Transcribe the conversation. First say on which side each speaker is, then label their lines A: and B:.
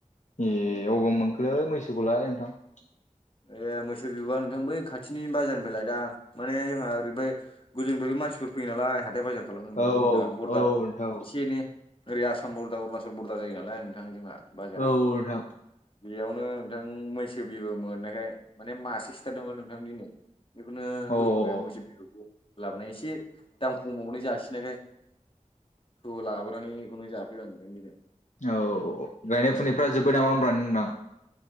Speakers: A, on the left; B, on the left.
A: ए अबाव मोनखोलै मैसोखौलाय नोंथां?
B: ए मोसौ बिब'वा नोंथां बै खाथिनि बाजारनिफाय लायदा माने जोंहा ओरैफाय गोजौनिफायबो मानसिफोर फैयो नालाय हाथाय बाजार खालामनो नोंथां
A: औ औ
B: जोंना बरदार
A: औ नोंथां औ
B: एसे एनै ओरै आसाम बरदार अरुणाचल बरदार जायो नालाय नोंथां जोंहा बाजारा।
A: औ नोंथां
B: बेयावनो नोंथां मैसो बिबो मोननायखाय माने मासे सिथारदोंमोन नोंथां दिनै। बेखौनो
A: अ औ
B: होबोबाय मोसौ बिगुखौ लाबोना एसे से दाम खमबावनो जासिनायखाय हो लाबोनानै इखौनो जाफैबाय आं ओंखायनो दिनै।
A: औ औ औ गायनाय
B: औ
A: फुनायफ्रा
B: नोंथां
A: जोब्बाय नामा होनब्ला नों <unintelligible>